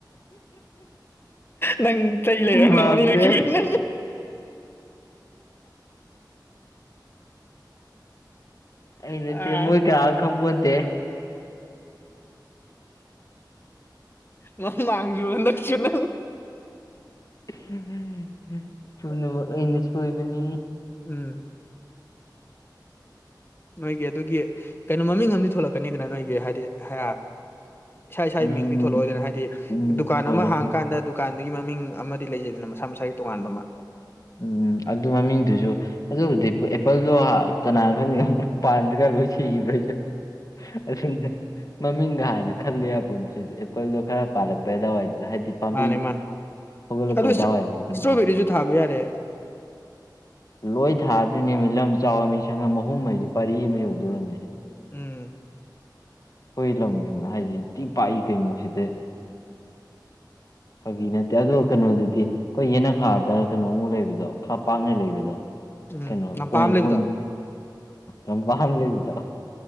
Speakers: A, on the left; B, on the left.
A: ꯅꯪ ꯆꯩ ꯂꯩꯔꯕꯅꯦ
B: ꯃꯥꯜꯂꯦ
A: ꯑꯅꯤꯔꯛ ꯁꯨꯔꯦ ꯅꯪ
B: ꯑꯩ ꯅꯠꯇꯦ
A: ꯑꯥ
B: ꯃꯣꯏ ꯀꯌꯥ ꯈꯪꯄꯣꯠ ꯅꯗꯦ
A: ꯃꯃꯥꯡꯁꯨ ꯍꯟꯗꯥꯛꯁꯨ ꯅꯪ
B: ꯍꯝ.......... ꯄꯨꯝꯅꯃꯛ ꯑꯩꯅ ꯁꯣꯏꯕꯅꯤ
A: ꯎꯝ..... ꯅꯣꯢꯒꯤ..... ꯑꯗꯨꯒꯤ ꯀꯩꯅꯣ ꯃꯃꯤꯡ ꯑꯃꯗꯤ ꯊꯣꯂꯛꯀꯅꯤꯗꯅ ꯅꯣꯏꯒꯤ ꯍꯥꯏꯗꯤ ꯍꯥ ꯏꯁꯥ ꯏꯁꯥꯒꯤ
B: ꯎꯝ
A: ꯃꯤꯡꯗꯤ ꯊꯣꯂꯣꯢꯗꯅ ꯍꯥꯏꯗꯤ
B: ꯎꯝ
A: ꯗꯨꯀꯥꯟ
B: ꯊꯣꯛꯂꯣꯏ
A: ꯑꯃ ꯍꯥꯡ
B: ꯊꯣꯛ
A: ꯀꯥꯟꯗ ꯗꯨ... ꯗꯨꯀꯥꯟꯗꯨꯒꯤ ꯃꯃꯤꯡ ꯑꯃꯗꯤ ꯂꯩꯖꯩꯗꯅ ꯃꯁꯥ ꯃꯁꯥꯒꯤ ꯇꯣꯉꯥꯟꯕ ꯑꯃ
B: ꯎꯝ ꯑꯗꯨ ꯃꯃꯤꯡꯗꯨꯁꯨ ꯑꯗꯨꯕꯨꯗꯤ ꯑꯦꯄꯜꯗꯣ ꯀꯅꯥꯅ ꯈꯪꯗꯦ ꯑꯃꯨꯛ ꯄꯥꯟꯗꯅ ꯂꯣꯏ ꯁꯤꯈꯤꯕ꯭ꯔꯥ ꯍꯥꯢꯁꯨ ꯑꯁꯨꯡꯖꯦ ꯃꯃꯤꯡꯒ ꯍꯥꯟꯅ ꯈꯜꯂꯨ ꯌꯥ ꯄꯨꯠ ꯅꯠꯇ꯭ꯔꯤ ꯑꯦꯄꯜꯗꯣ ꯈꯔꯥ ꯄꯥꯜꯂꯛꯄ ꯑꯗꯨꯋꯥꯏꯗꯨꯗ ꯍꯥꯏꯗꯤ ꯄꯥꯝꯕꯤ
A: ꯃꯥꯅꯦ ꯃꯥꯅꯦ
B: ꯍꯧꯒꯠꯂꯛꯄ
A: ꯑꯗꯨ
B: ꯑꯗꯨꯋꯥꯢꯗ....
A: ꯏꯁꯇ꯭ꯔꯣꯕꯦꯔꯤꯁꯨ ꯊꯥꯕ ꯌꯥꯔꯦ
B: ꯂꯣꯏ ꯊꯥꯗ꯭ꯣꯢꯅꯦ ꯂꯝ ꯆꯥꯎꯑꯃꯤ ꯁꯪꯉꯝ ꯑꯍꯨꯝꯍꯥꯢꯁꯦ ꯄꯔꯤ ꯑꯃ ꯌꯧꯗꯧꯔꯕꯅꯦ
A: ꯎꯝ....
B: ꯑꯩꯈꯣꯏ ꯂꯝ ꯍꯥꯏꯁꯤ ꯊꯤ ꯄꯥꯛꯏ ꯀꯩꯅꯣ ꯁꯤꯗꯗꯤ ꯐꯒꯤ ꯅꯠꯇꯦ ꯑꯗꯣ ꯀꯩꯅꯣꯗꯨꯗꯤ ꯑꯩꯈꯣꯏ ꯌꯦꯅꯈꯥ.... ꯗ ꯀꯩꯅꯣꯃꯨꯛ ꯂꯩꯕꯗꯣ ꯈꯔ ꯄꯥꯛꯅ ꯂꯩꯕꯗꯣ
A: ꯎꯝ
B: ꯀꯩꯅꯣ
A: ꯂꯝꯄꯥꯛ
B: ꯄꯣꯏꯟ
A: ꯑꯃ ꯂꯩꯕꯗꯣ
B: ꯄꯣꯏꯟ ꯗ ꯑ ꯋꯥ ꯑꯃ ꯂꯩꯕꯤ ꯇꯣ